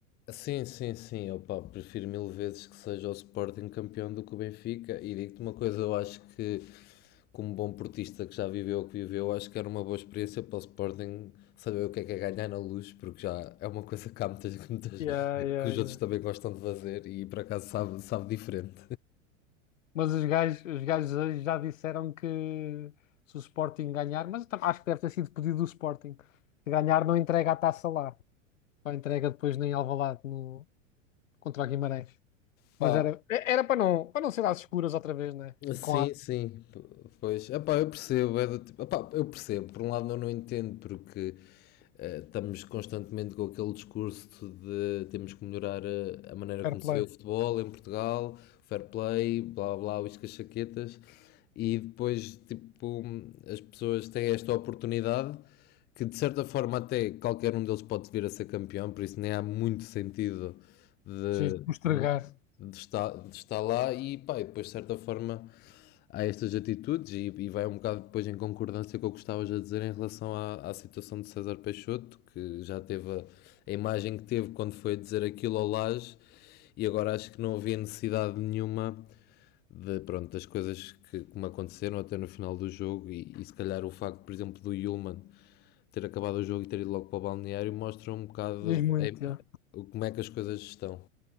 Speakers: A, on the left; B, on the left.
A: Sim, sim, sim. Opa, prefiro mil vezes que seja o Sporting campeão do que o Benfica. E digo-te uma coisa, eu acho que, como bom portista que já viveu o que viveu, acho que era uma boa experiência para o Sporting saber o que é que é ganhar na luz, porque já é uma coisa que há muitas, <laughs> que muitas-
B: Yeah, yeah,
A: que os
B: yeah.
A: outros também gostam de fazer e por acaso sabe, sabe diferente.
B: Mas os gajos, os gajos hoje já disseram que se o Sporting ganhar, mas eu tam- acho que deve ter sido pedido do Sporting. Se ganhar, não entrega a taça lá. Só entrega depois nem Alvalade no, contra o Guimarães.
A: <laughs>
B: Mas
A: Pá,
B: era, era para não, para não ser às escuras outra vez, né? E
A: Sim,
B: com a
A: sim, p- pois, epá, eu percebo, é do tipo, epá, eu percebo, por um lado eu não entendo porque eh, estamos constantemente com aquele discurso de temos que melhorar a, a maneira
B: fair
A: como
B: play.
A: se vê o futebol em Portugal, fair play, blá blá, uíscas chaquetas, e depois tipo as pessoas têm esta oportunidade que de certa forma até qualquer um deles pode vir a ser campeão, por isso nem há muito sentido de,
B: Sim, o estragar.
A: de estar, de estar lá e pá, e depois de certa forma há estas atitudes e, e vai um bocado depois em concordância com o que estavas a dizer em relação à, à situação de César Peixoto, que já teve a, a imagem que teve quando foi dizer aquilo ao Laje e agora acho que não havia necessidade nenhuma de, pronto, das coisas que, que me aconteceram até no final do jogo e, e se calhar o facto, por exemplo, do Yulman ter acabado o jogo e ter ido logo para o balneário mostra um bocado
B: Diz muito,
A: em-
B: já.
A: o- como é que as coisas estão.